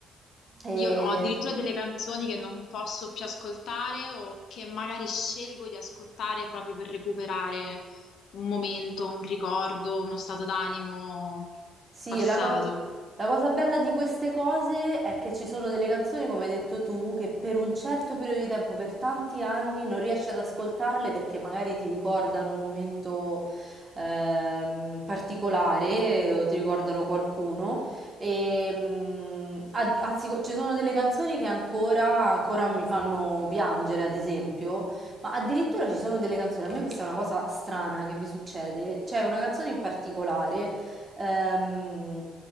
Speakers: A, on the right; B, on the left.
A: E...
B: Io ho addirittura delle canzoni che non posso più ascoltare o che magari scelgo di ascoltare proprio per recuperare un momento, un ricordo, uno stato d'animo
A: Sì,
B: passato.
A: e la, co- la cosa bella di queste cose è che ci sono delle canzoni, come hai detto tu, che per un certo periodo di tempo, per tanti anni, non riesci ad ascoltarle perché magari ti ricordano un momento ehm, particolare o ti ricordano qualcuno. E, mm, a- a- sicu- ci sono delle canzoni che ancora, ancora mi fanno piangere, ad esempio. Ma addirittura ci sono delle canzoni, a me questa è una cosa strana che mi succede, c'è una canzone in particolare ehm,